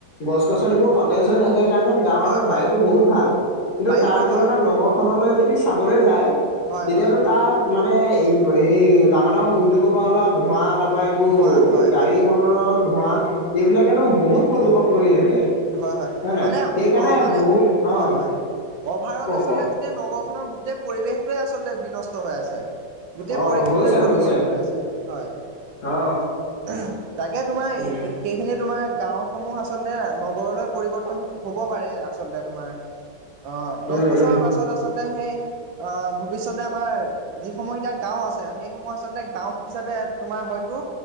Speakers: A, on the left; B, on the right.
A: গছ-গছনিবোৰ সতেজ হৈ থাকে কাৰণে গাঁৱৰ
B: হয় হয়
A: বায়ুটো বহুত ভাল, কিন্তু
B: বায়ুতো
A: তাৰ তুলনাত
B: হয়
A: নগৰ নগৰ খনলৈ যদি চাবলৈ যায়,
B: হয়
A: তেতিয়াটো
B: হয়
A: তাৰ মানে হে ডাঙৰ ডাঙৰ উদ্যোগৰ পৰা ওলোৱা ধোঁৱা তাৰপৰা এইবোৰ
B: ধোঁৱা হয়
A: গাড়ী
B: হয়
A: মটৰৰ ধোঁৱা এইবিলাকেতো বহুত প্ৰদূষণ কৰি থাকে।
B: হয় হয়
A: নাই
B: মানে
A: সেইকাৰণে
B: অ, মানে
A: বহুত অ
B: হয় হয় অভাৰ অল
A: কওক
B: আচলো
A: কওক
B: গোটেই নগৰ খনৰ গোটেই পৰিৱেশটোৱে আচলতে বিনষ্ট হৈ আছে। গোটেই
A: অ
B: পৰিৱেশটোৱে
A: হৈছে
B: প্ৰদূ্ষণ
A: হৈছে
B: হৈ আছে হয়।
A: অ
B: তাকে তোমাৰ,
A: উম
B: সেইখিনি তোমাৰ, গাওঁসমূহ আচলতে নগৰলৈ পৰিৱৰ্তন হ'ব পাৰে, আচলতে তোমাৰ। অ', দহ
A: উম
B: বছৰৰ
A: উম
B: পাছত আচলতে, সেই আহ ভৱিষ্যতে আমাৰ যিসমূহ এতিয়া গাওঁ আছে, সেই সমুহ আচলতে, গাওঁ হিচাপে তোমাৰ হয়তো